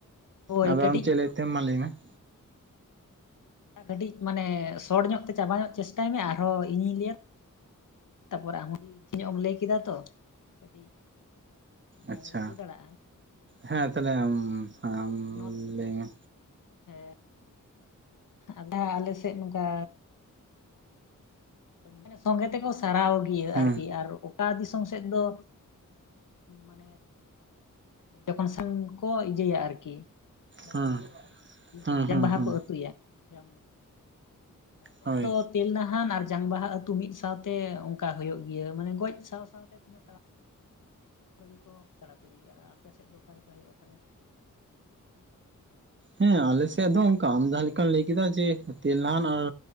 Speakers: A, on the left; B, on the right.
A: ᱦᱳᱭ
B: ᱟᱫᱚ
A: ᱠᱟᱹᱴᱤᱡ
B: ᱟᱢ ᱪᱮᱜ ᱞᱮᱭᱮᱜ ᱛᱟᱦᱮᱢ ᱢᱟ ᱞᱟᱹᱭ ᱢᱮ ᱾
A: ᱠᱟᱹᱴᱤᱡ ᱢᱟᱱᱮ ᱥᱚᱴ ᱧᱚᱜ ᱛᱮ ᱪᱟᱵᱟ ᱧᱚᱜ ᱪᱮᱥᱴᱟᱭ ᱢᱮ ᱟᱨᱦᱚᱸ ᱤᱧᱤᱧ ᱞᱟᱹᱭᱟ ᱾ ᱛᱟᱯᱚᱨ ᱟᱢ ᱦᱚᱸ <unintelligible> ᱞᱟᱹᱭ ᱠᱮᱫᱟ ᱛᱚ ᱠᱟᱹᱴᱤᱡ ᱚᱱᱠᱟ
B: ᱟᱪᱪᱷᱟ
A: ᱫᱚ ᱤᱭᱟᱹ ᱫᱟᱲᱮᱭᱟᱜᱼᱟ
B: ᱦᱮᱸ ᱛᱟᱦᱚᱞᱮ ᱟᱢ ᱟᱢ
A: ᱱᱚᱛ
B: ᱞᱟᱹᱭ ᱢᱮ
A: ᱦᱮᱸ ᱟᱫᱷᱟ ᱟᱞᱮ ᱥᱮᱜ ᱱᱚᱝᱠᱟ ᱢᱟᱱᱮ ᱥᱚᱸᱜᱮ ᱛᱮᱠᱚ ᱥᱟᱨᱟᱣ ᱜᱮᱭᱟ
B: ᱦᱮᱸ
A: ᱟᱨ ᱠᱤ ᱟᱨ ᱜᱚᱴᱟ ᱫᱤᱥᱚᱢ ᱥᱮᱜ ᱫᱚ ᱢᱟᱱᱮ ᱡᱚᱠᱷᱚᱱ ᱥᱟᱝ ᱠᱚ ᱤᱡᱟᱹᱭᱟ ᱟᱨᱠᱤ
B: ᱦᱮᱸ
A: ᱱᱚᱣᱟ ᱤᱡᱟᱹ
B: ᱦᱩᱸ
A: ᱡᱟᱝ
B: ᱦᱩᱸ
A: ᱵᱟᱦᱟ
B: ᱦᱩᱸ
A: ᱠᱚ ᱟᱹᱛᱩᱭᱟ ᱾ ᱡᱟᱢ <unintelligible> ᱱᱚᱣᱟ ᱠᱚ
B: ᱦᱳᱭ
A: ᱛᱚᱫ <unintelligible> ᱛᱮᱞ ᱱᱟᱦᱟᱱ ᱟᱨ ᱡᱟᱝ ᱵᱟᱦᱟ ᱟᱹᱛᱩ ᱢᱤᱫ ᱥᱟᱶᱛᱮ ᱚᱝᱠᱟ ᱦᱳᱭᱳᱜ ᱜᱤᱭᱟᱹ ᱢᱟᱱᱮ ᱜᱚᱡ ᱥᱟᱶ ᱥᱟᱶ ᱛᱮ ᱛᱤᱱᱟᱹᱜ ᱛᱟᱲᱟᱢ ᱟᱹᱰᱤ ᱠᱚ ᱛᱟᱲᱟ ᱛᱟᱹᱲᱤ ᱜᱮᱭᱟ ᱟᱨ ᱟᱯᱮ ᱥᱮᱫ ᱫᱚ ᱚᱠᱟ ᱞᱮᱠᱟ ᱦᱳᱭᱳᱜᱼᱟ ᱛᱟᱦᱚᱞᱮ
B: ᱦᱮᱸ ᱟᱞᱮ ᱥᱮᱫ ᱦᱚᱸ ᱚᱝᱠᱟ ᱟᱢ ᱡᱟᱦᱟᱸ ᱞᱮᱠᱟᱢ ᱞᱟᱹᱭ ᱠᱮᱫᱟ ᱡᱮ ᱛᱮᱞ ᱱᱟᱦᱟᱱ ᱟᱨ